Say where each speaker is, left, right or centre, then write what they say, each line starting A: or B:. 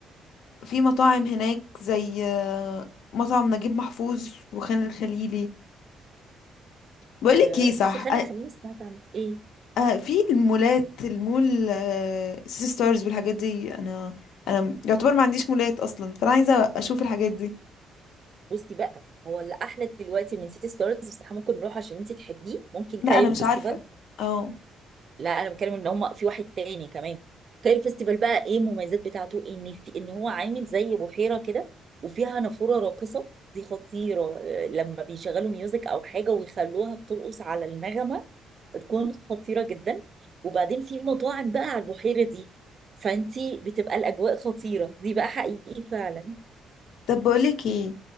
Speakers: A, on the left; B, on the right.
A: في مطاعم هناك زي آه، مطعم نجيب محفوظ وخان الخليلي بقولك
B: آه
A: ايه صح
B: بصي خلي
A: أ-
B: الخليجي سمعت عن ايه
A: أ- في المولات المول آه، سيتي ستارز والحاجات دي انا انا يعتبر ما عنديش مولات اصلا فانا عايزة اشوف الحاجات دي
B: بصي بقى هو اللي احلى دلوقتي من سيتي ستارز بس احنا ممكن نروح عشان انت تحبيه ممكن
A: لا
B: كايرو
A: انا مش
B: فيستيفال
A: عارفة اه
B: لا انا بتكلم ان هم في واحد تاني كمان كايرو فيستيفال بقى ايه المميزات بتاعته ان في ان هو عامل زي بحيره كده وفيها نافوره راقصه دي خطيره آه، لما بيشغلوا ميوزك او حاجه ويخلوها بترقص على النغمه بتكون خطيره جدا وبعدين في مطاعم بقى على البحيره دي فانتي بتبقى الاجواء خطيره دي بقى حقيقي فعلا
A: طب بقولك ايه